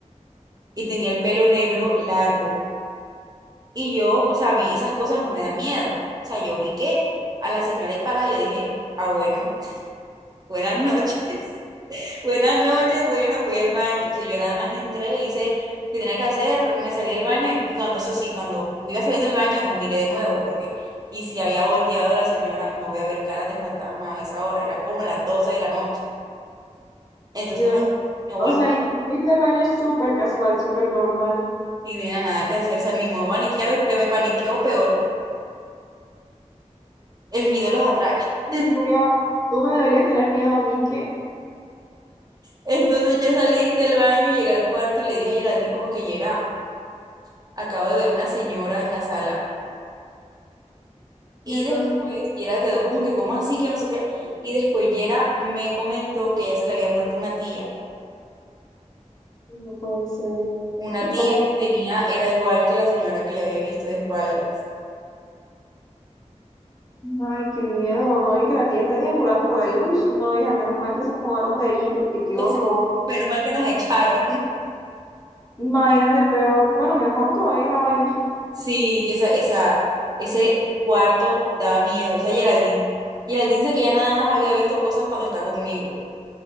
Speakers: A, on the right; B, on the left.
A: y tenía el pelo negro largo. Y yo, o sea, a mí esas cosas no me dan miedo. O sea, yo vi que a la señora ahí parada, yo dije, ah, bueno, buenas noches, <laughs> buenas noches, bueno, voy al baño. O sea, yo nada más entré, hice lo que tenía que hacer, me salí del baño y y cuando, eso sí, cuando me iba saliendo del baño no miré de nuevo, porque, y si había volteado a la señora, no voy a ver caras de fantasma a esa hora, eran como las 12 de la noche. Entonces,
B: Dios,
A: ay, no
B: o
A: volteé.
B: sea, y te fuiste al baño súper casual, súper normal.
A: Sin nena, nada que hacer, o sea, ni modo paniquearme porque me paniqueo peor, el miedo los atrae. <laughs>
B: Ay, no voy a- Tú me deberías tener miedo a mí, ¿qué?
A: Entonces yo salí del baño, llegué al cuarto y le dije a Geraldine como que Yera, acabo de ver una señora en la sala. Y
B: Y entonces,
A: después Yera quedó como que, ¿cómo así? Que no sé qué. Y después Yera me comentó que ella se le había muerto una tía.
B: no puede ser.
A: Una
B: Y
A: tía
B: como,
A: que tenía, era igual que la señora que yo había visto de espaldas.
B: ay, qué miedo, ¿no? Y que la tía esté deambulando por ahí. Uy, no, hija, menos mal que se mudaron de allí, porque
A: <laughs>
B: qué
A: Entonces,
B: horror.
A: menos mal que nos echaron.
B: Imagínate peor, bueno, mejor todavía la vaina.
A: Sí, y esa, esa, ese cuarto daba miedo. O sea, Geraldine. Geraldine dice que ya nada más había visto cosas cuando está conmigo.